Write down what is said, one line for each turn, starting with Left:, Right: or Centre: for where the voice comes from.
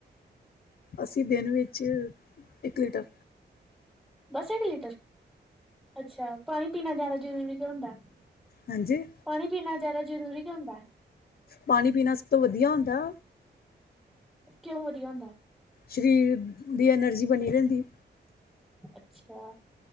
Left: ਅਸੀਂ ਦਿਨ ਵਿੱਚ ਇੱਕ ਲੀਟਰ
Centre: ਬਸ ਇੱਕ ਲੀਟਰ ਅੱਛਾ, ਪਾਣੀ ਪੀਣਾ ਜਿਆਦਾ ਜਰੂਰੀ ਕਿਉ ਹੁੰਦਾ?
Left: ਹਾਂਜੀ।
Centre: ਪਾਣੀ ਪੀਣਾ ਜ਼ਿਆਦਾ ਜਰੂਰੀ ਕਿਉ ਹੁੰਦਾ?
Left: ਪਾਣੀ ਪੀਣਾ ਸਭ ਤੋਂ ਵਧੀਆ ਹੁੰਦਾ।
Centre: ਕਿਉਂ ਵਧੀਆ ਹੁੰਦਾ?
Left: ਸ਼ਰੀਰ ਦੀ ਐਨਰਜੀ ਬਣੀ ਰਹਿੰਦੀ ਐ।
Centre: ਅੱਛਾ,